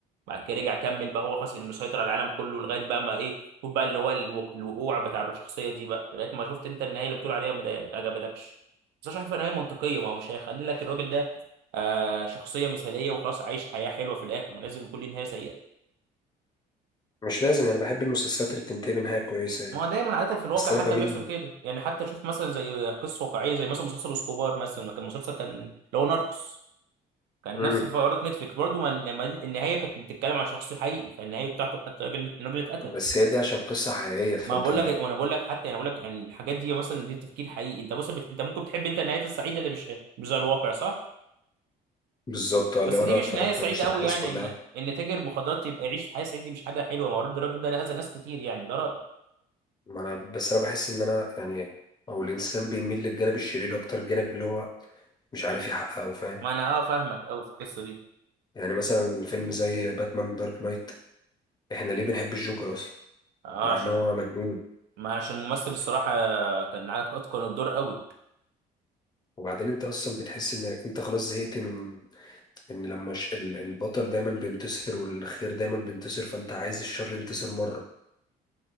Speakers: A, on the right (about 85°); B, on the left (about 25°).
A: بعد كده رجع كمل بقى هو خلاص اللي مسيطر على العالم كله لغايه بقى ما ايه شوف بقى اللي هو الوق- الوقوع بتاع الشخصيه دي بقى لغايه ما شفت انت النهايه اللي بتقول عليها ما ده- ما عجبتكش بس أنا شايف ان هي منطقيه ما هو مش هيخلي لك الراجل ده آه شخصيه مثاليه وخلاص عايش حياه حلوه في الاخر ما لازم يكون ليه نهايه سيئه
B: مش لازم يعني بحب المسلسلات اللي بتنتهي بنهايه كويسه يعني
A: ما هو دايما عاده في الواقع
B: بس انا
A: حتى
B: بميل
A: بيحصل كده يعني حتى شوف مثلا زي قصص واقعيه زي مثلا مسلسل اسكوبار مثلا ما كان مسلسل كان اللي هو ناركوس كان
B: امم
A: نفس الفقرات نتفليكس برضه ما لما النهايه كانت بتتكلم عن شخص حقيقي فالنهايه بتاعته حتى الراجل الراجل اتقتل
B: بس هي دي عشان قصه حقيقيه فانت
A: ما بقول لك وانا بقول لك حتى يعني بقول لك يعني الحاجات دي مثلا دي تفكير حقيقي انت بص بت... انت ممكن تحب انت النهايات السعيده اللي مش مش زي الواقع صح
B: بالظبط اه لو
A: بس دي
B: انا اتفرجت
A: مش نهايه سعيده
B: وعشت الاحداث
A: قوي يعني
B: كلها
A: ان ان تاجر مخدرات يبقى يعيش في حياه سعيده دي مش حاجه حلوه ما هو برضه الراجل ده انا اذى ناس كتير يعني ده رايي
B: ما انا بس انا بحس ان انا يعني او الانسان بيميل للجانب الشرير اكتر الجانب اللي هو مش عارف يحققه فاهم
A: ما انا اه فاهمك قوي في القصه دي
B: يعني مثلا فيلم زي باتمان دارك نايت احنا ليه بنحب الجوكر اصلا
A: اه
B: مع
A: عشان
B: ان هو مجنون
A: ما عشان الممثل الصراحه كان عا- اتقن الدور قوي
B: وبعدين انت اصلا بتحس ان انت خلاص زهقت من ان لما ش... ال- البطل دايما بينتصر والخير دايما بينتصر فانت عايز الشر ينتصر مره